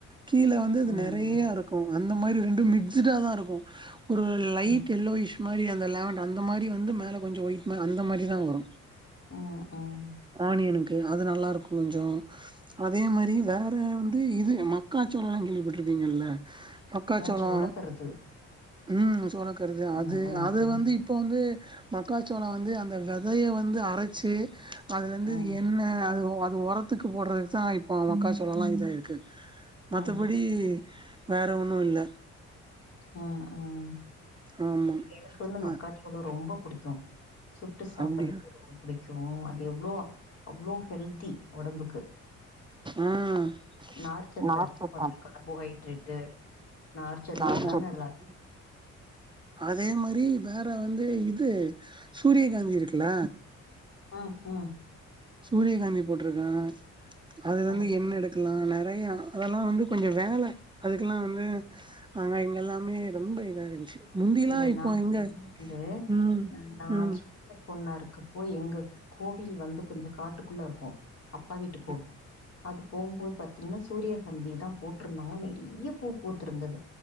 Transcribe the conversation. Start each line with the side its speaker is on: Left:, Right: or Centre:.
Right: கீழ வந்து இது
Left: ம்
Right: நெறையா இருக்கு அந்த மாரி ரெண்டு மிக்ஸ்டா தா இருக்கு ஒரு லைட்
Left: ஆ
Right: எல்லோ இஷ் மாரி அந்த லேமண்ட அந்த மாரி வந்து மேல கொஞ்ச ஒயிட் அந்த மாரிதா வரு
Left: ம் ம்
Right: ஆனியனுக்கு அது நல்லாருக்கு கொஞ்ச அதே மாரி வேற வந்து இது மக்காச்சோளல்லா கேள்விப்பட்ருக்கீங்கல்ல மக்காச்சோளம்
Left: ஏதாச்சு உழக்கறது
Right: ம் சோளக்கருது
Left: ம்
Right: அது
Left: ம்
Right: அது
Left: ம்
Right: வந்து இப் இப்போ வந்து மக்காச்சோள வந்து அந்த வெதைய வந்து அரைச்சு அது வந்து
Left: ம்
Right: என்ன அது அது ஒரத்துக்கு போடுறதுக்குதா இப்போ மக்காச்சோளல்லா இதாயிருக்கு மத்தப
Left: ம்
Right: அப்டி வேற ஒண்ணு இல்ல
Left: ம் ம்
Right: ஆமா
Left: எனக்கு வந்து
Right: அ
Left: மக்காச்சோளம் ரொம்ப புடிக்கும் சுட்டு சாப்பறது
Right: அப்டியா
Left: ரொம்ப பிடிக்கு அது எவ்வளோ அவ்வளோ ஹெல்தி ஒடம்புக்கு
Right: ம்
Left: நார்ச்சத்து
Right: ந
Left: அதிகோ
Right: சொ <unintelligible>
Left: அதுல கார்போஹைட்ரேட்டு நார்ச்சத்து
Right: காசு இல்லன்
Left: எல்லாமே
Right: சொல்ட்டு
Left: அதுல அதிகம்.
Right: அதே மாரி வேற வந்து இது சூரியகாந்தி இருக்குல
Left: ஆ ஆ
Right: சூரியகாந்தி போட்ருக்க அதுலருந்து
Left: சரி
Right: எண்ணெ எடுக்கலா நேர் நெறையா அதெல்லா வந்து கொஞ்ச வேல அதுக்கெல்லா வந்து அங்க இங்க எல்லாமே ரொம்ப இதா இருந்துச்சு முந்திலா
Left: இல்ல
Right: இப்போ
Left: நா
Right: எங்க
Left: வந்து
Right: ம்
Left: ஆ
Right: ம்
Left: ஆட்சி பொண்ணா இருக்கு போயி எங்க கோவில் வந்து கொஞ்ச காட்டுக்குள்ள இருக்கு அப்பா வீட்டு கோவ்
Right: உம்
Left: அது போம்போது பாத்தீங்னா சூரியகாந்திதா போட்ருந்தோ நெறைய பூ பூத்திருந்தது